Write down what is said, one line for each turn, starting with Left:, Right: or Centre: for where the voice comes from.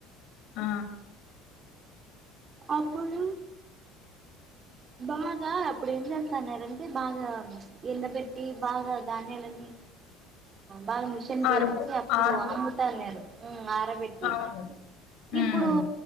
Left: ఆ
Right: అప్పుడు బాగా, అప్పుడు ఏం చేస్తన్నారు అంటే బాగా ఎండ పెట్టి బాగా ధాన్యాలన్నీ బాగా మిషన్
Left: ఆరుబో
Right: ఏపించి అప్పుడు
Left: ఆరుబో
Right: అమ్ముతాన్నారు ఆరబెట్టి
Left: అవును. హ్మ్.
Right: ఇప్పుడు